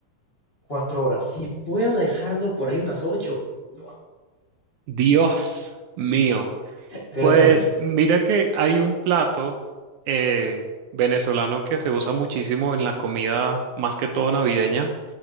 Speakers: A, on the left; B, on the right.
A: Cuatro horas. Si puedo dejarlo por ahí unas ocho, lo hago.
B: Dios mío.
A: Créeme.
B: Pues mira que hay un plato eh, venezolano que se usa muchísimo en la comida, más que todo navideña,